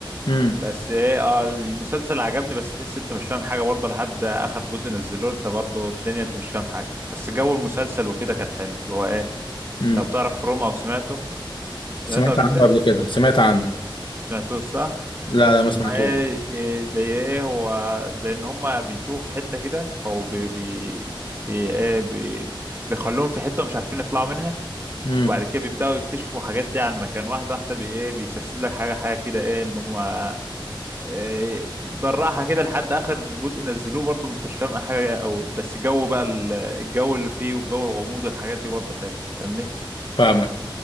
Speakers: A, on the left; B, on the right.
A: امم
B: بس ايه اه المسلسل عجبني بس تحس انت مش فاهم حاجه برضه لحد اخر جزء نزلوه انت برضه الدنيا انت مش فاهم حاجه بس جو المسلسل وكده كان حلو اللي هو ايه
A: امم
B: لو تعرف روم او سمعته
A: سمعت
B: سمعته قبل
A: عنه
B: كده
A: قبل كده سمعت عنه
B: ما سمعتوش صح
A: لا لا ما
B: هما
A: سمعتوش
B: ايه إيه زي ايه هو زي ان هما بيتوه في حته كده او بي بي, بي ايه بي بيخلوهم في حته مش عارفين يطلعوا منها
A: امم
B: وبعد كده بيبداوا يكتشفوا حاجات دي عن مكان واحده واحده بي ايه بيسلسل لك حاجه حاجه كده ايه ان هم إيه، بالراحة كده لحد آخر جزء نزلوه برضو انت مش فاهم حاجة قوي بس جو بقى ال- الجو اللي فيه والجو الغموض والحاجات دي برضو حلو فاهمني
A: فاهمك